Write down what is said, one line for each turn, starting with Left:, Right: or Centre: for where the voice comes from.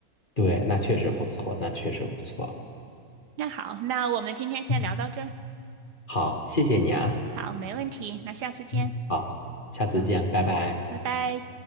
Left: 对，那确实不错，那确实不错。
Right: 那好，那我们今天先聊到这儿。
Left: 嗯，好，谢谢你啊。
Right: 好，没问题，那下次见
Left: 嗯，好，下次见，
Right: 啊，
Left: 拜拜。
Right: 拜拜。